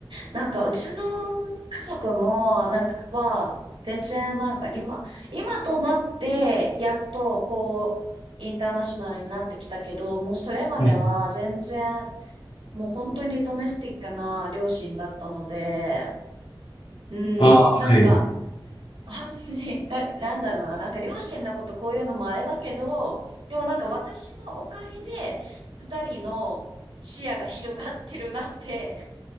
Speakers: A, on the right; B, on the left.
A: なんか、うちの家族も、なんか、は、全然なんか今、今となって、やっと、こう、インターナショナルになってきたけど、もうそれまでは全然、
B: はい
A: もう本当にドメスティックな両親だったので、うん、
B: ああ、
A: なんか、
B: はい。
A: 本当に、な、なんだろうな、なんか両親のことこういうのもあれだけど、でもなんか私のおかげで、二人の視野が広がってるなって